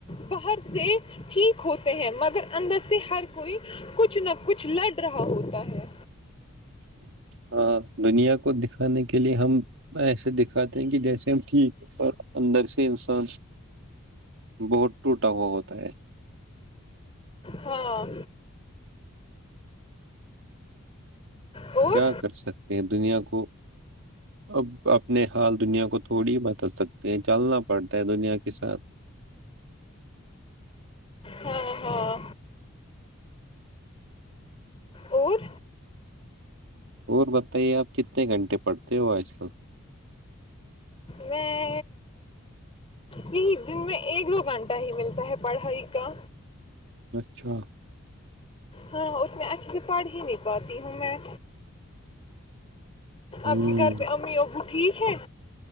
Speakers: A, on the left; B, on the right.
A: باہر سے ٹھیک ہوتے ہیں مگر اندر سے ہر کوئی کچھ نہ کچھ لڑ رہا ہوتا ہے
B: ہاں دنیا کو دکھانے کے لیے ہم ایسے ے دکھاتے ہیں کہ جیسے ہم ٹھیک ہے اور اندر سے انسان بہت ٹوٹا ہوا ہوتا ہے
A: ہاں اور
B: کیا کر سکتے دنیا کو اب اپنے حال دنیا کو تھوڑی بدل سکتے ہیں چلنا پڑتا ہے دنیا کے ساتھ
A: ہ ہاں اور
B: اور بتائیے آپ کتنے گھنٹے پڑتے ہو آج کل
A: میں یہی دن میں ایک دو گھنٹہ ہی ملتا ہے پڑھائی کا
B: چھ
A: ہاں اتنے اچھے سے پڑھ ہی نہیں پاتی ہوں میں
B: ہوں
A: آپ کے گھر پہ امی اور ٹھیک ہے